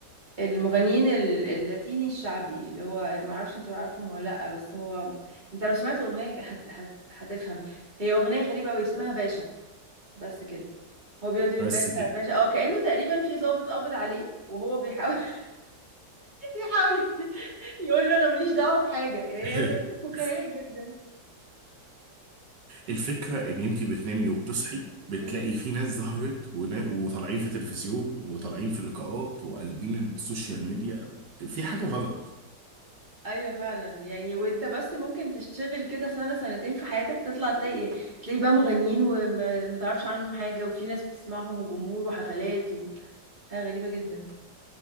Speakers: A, on the right; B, on the right.
A: المغنيين ال- اللاتيني الشعبي اللي هو ما اعرفش انت تعرفهم ولا لا بس هو انت لو سمعت الاغنيه هت... هت... هتفهم هي اغنيه غريبه قوي اسمها باشا بس كده هو بيقعد يقول
B: بس
A: باشا
B: كده.
A: باشا اه كانه تقريبا في ضابط قابض عليه وهو بيحاول <laughs> يحاول يقول له انا ماليش دعوه بحاجه يعني
B: <laughs>
A: اغنيه فكاهيه جدا
B: الفكرة ان انتي بتنامي وبتصحي بتلاقي
A: امم.
B: في ناس ظهرت ونا- وطالعين في تلفزيون وطالعين في لقاءات وقلبين السوشيال ميديا في حاجة غلط
A: ايوه فعلا يعني وانت بس ممكن تشتغل كده سنه سنتين في حياتك تطلع تلاقي تلاقي بقى مغنيين ومتعرفش عنهم حاجه وفي ناس بتسمعهم وجمهور وحفلات وحاجه غريبه جدا